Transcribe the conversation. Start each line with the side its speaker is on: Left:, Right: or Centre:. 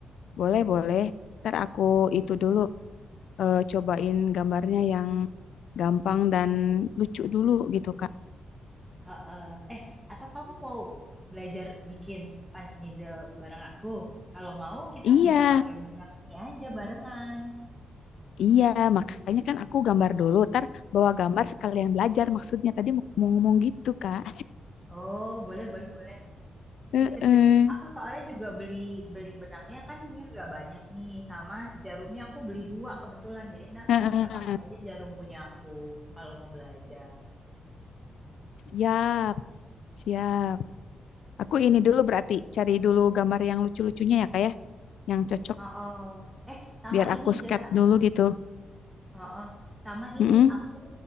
Left: Boleh, boleh. Ntar aku itu dulu eh, cobain gambarnya yang gampang dan lucu dulu gitu Kak.
Centre: Heeh. Eh, atau kamu mau belajar bikin punch needle bareng aku? Kalau mau, kita
Left: Iya,
Centre: bisa pakai benang ini aja barengan.
Left: iya. Makanya kan aku gambar dulu. Ntar bawa gambar sekalian belajar maksudnya. Tadi mau ngomong -ngomong gitu Kak.
Centre: Oh, boleh, boleh, boleh.
Left: <laughs>
Centre: Sip, sip,
Left: Heeh.
Centre: sip. Aku soalnya juga beli beli benangnya kan ini nggak banyak nih, sama jarumnya aku beli dua kebetulan. Jadi ntar
Left: Heeh.
Centre: kamu bisa pakai aja jarum punya aku kalau mau belajar.
Left: Siap, siap. Aku ini dulu berarti cari dulu gambar yang lucu-lucunya ya kak ya, yang cocok
Centre: Oh, oh. Eh, sama
Left: biar
Centre: ini
Left: aku sket
Centre: gak?
Left: dulu gitu.
Centre: Heeh, sama ini
Left: Mm-mm.
Centre: aku